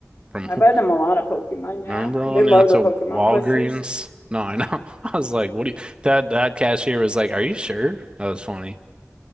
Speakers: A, on the right; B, on the left.
A: from
B: I buy them
A: <laughs>
B: a lot of Pokemon. Yeah,
A: remember
B: they
A: when
B: love
A: you went to
B: the Pokemon
A: Walgreens?
B: plushies.
A: No, I know. <laughs> I was like, what do you that that cashier was like, "Are you sure?" That was funny.